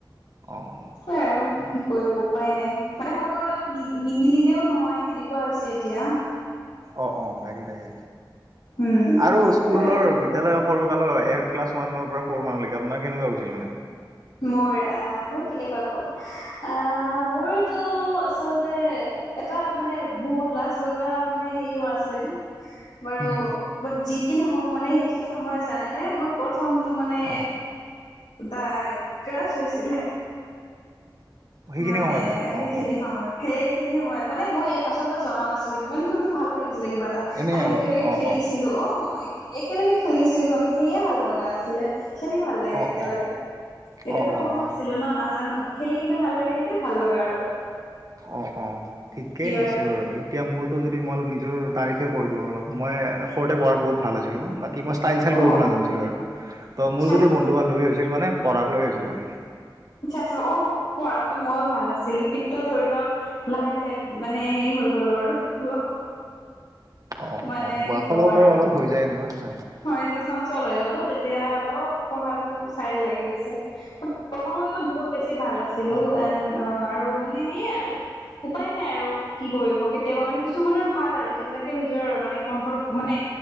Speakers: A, on the right; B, on the left.
A: অ'।
B: সেয়া আৰু কি কৰিব উপায় নাই, মানে সময়ৰ লগত নি নিমিলিলেও নহয় সেনেকুৱা হৈছে এতিয়া।
A: অ', অ' তাকে তাকে।
B: উম
A: আৰু
B: সেইটোয়ে
A: স্কুলৰ
B: আৰু
A: বি এতিয়ালৈ সৰুকালৰ এক ওৱান পৰা ফ'ৰ মানলৈকে আপোনাৰ কেনেকুৱা গৈছিল মানে।
B: মোৰ আহ মোৰ কেনেকুৱা কওঁ আহ মোৰতটো আচলতে এটা মানে বহুত লাজ লগা মানে হেৰিও আছে। বাৰু
A: হ'ম।
B: বাট যি কি নহওক মানে সেইখিনি সময় জানেনে নে মোৰ প্ৰথমটো মানে
A: অ',
B: ত ক্ৰাছ হৈছিলে
A: সেইখিনি
B: মানে
A: সময়তে অ',
B: সেইখিনি
A: অ',
B: সময়ত সেইখিনি সময়ত মানে মই আচলতে জনা নাছিলে কিমান বো ভাল লাগিছিলে কিবা এটা।
A: এনেই
B: আমি
A: আৰু
B: একেলগে
A: অ',
B: খেলিছিলোঁ
A: অ',
B: অ', একেলগে খেলিছিলোঁ আমি সেয়ে ভাল লগা আছিলে। খেলি ভাল লাগে
A: অ',
B: একেলগে।
A: অ',
B: এতিয়াতো
A: অ',
B: সৰু
A: অ'।
B: আছিলো ন নাজানো খেলি কিন্তু ভাল লাগে সেইটোৱে ভাল লগা আৰু।
A: অ', অ', ঠিকেই
B: কিবা
A: আছে
B: কিবি
A: বাৰু। এতিয়া মোৰটো যদি মই অলপ নিজৰ তাৰিফে কৰি দিওঁ অলপ মই সৰুতে পঢ়াত বহুত ভাল আছিলোঁ বাকী মই টাইল চাইল
B: অ
A: কৰিব নাজানছিলোঁ আৰু তো
B: আচ্ছা
A: মোৰ যদি বন্ধু বান্ধৱী হৈছিল মানে পঢ়াক লৈ হৈছিল মানে।
B: আচ্ছা, আচ্ছা অ পঢ়াতটো ময়ো ভাল আছিলোঁ কিন্তু ধৰি লওক লাহে লাহে মানে হে হৈ গ'লো আৰু অলপ
A: অ',
B: মানে
A: অ',
B: কি
A: বয়সৰ
B: ক'ম
A: লগত
B: আৰু
A: বাৰু অলপ হৈ যায় এনেকুৱা হয়ে হয়।
B: হয় যে চঞ্চল হৈ গলোঁ তেতিয়া অলপ পঢ়াটো চাইত লাগি গৈছে। অসমতে বহুত বেছি ভাল আছিলো
A: অ অ
B: এন আৰু মানে সেইয়াই আৰু উপায় নাই আৰু কি কৰিব কেতিয়াবা মানে কিছুমানৰ ভাল আৰু যিবিলাকে নিজৰ মানে কন্ট্ৰল মানে